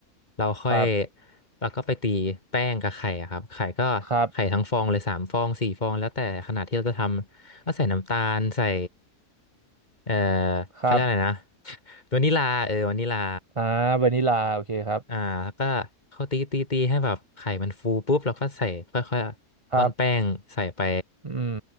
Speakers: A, on the left; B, on the right.
A: เราค่อย
B: ครับ
A: เราก็ไปตีแป้งกับไข่อะครับไข่ก็ไข่ทั้งฟองเลยสามฟองสี่ฟองแล้วแต่ขนาดที่เราจะทำก็ใส่น้ำตาลใส่
B: ครับ
A: เอ่อ
B: ครับ
A: เขาเรียกอะไรนะ <laughs> วานิลาเออวานิลา
B: อ่าวานิลาโอเคครับ
A: อ่าแล้วก็เขาตีตีตีให้แบบไข่มันฟูปุ๊บแล้วก็ใส่ค่อยๆร่อนแป้งใส่ไป
B: ครับอืม